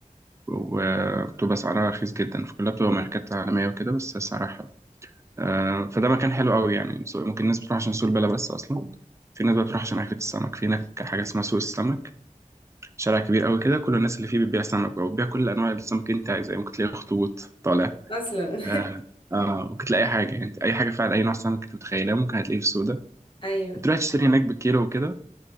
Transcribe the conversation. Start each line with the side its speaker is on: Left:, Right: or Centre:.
Right: وبتبقى سعرها رخيص جدا فكلها بتبقى ماركات عالمية وكده بس سعرها حلو. آه، فده مكان حلو قوي يعني سو- ممكن الناس بتروح عشان سوق البلا بس اصلا في ناس بقى بتروح عشان اكلة السمك في هناك حاجة اسمها سوق السمك شارع كبير قوي كده كل الناس اللي فيه بتبيع سمك بقى وبتبيع كل انواع السمك اللي انت عايزها يعني ممكن تلاقي اخطبوط طالع
Left: اصلا
Right: آه آه ممكن تلاقي اي حاجة يعني انت اي حاجة فعلا اي نوع سمك انت متخيلها ممكن هتلاقيه في السوق ده
Left: <laughs> ايوه
Right: بتروح تشتري هناك بالكيلو وكده